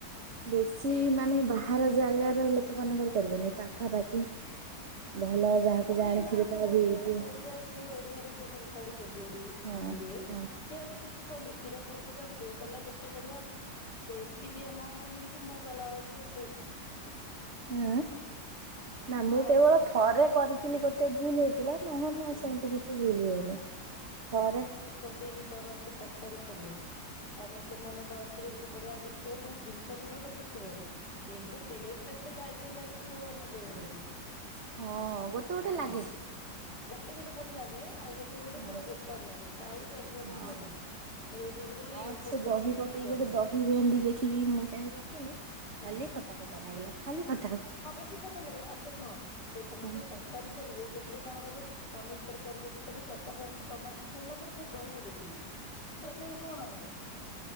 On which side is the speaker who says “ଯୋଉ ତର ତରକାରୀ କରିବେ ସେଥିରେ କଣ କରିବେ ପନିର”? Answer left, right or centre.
Left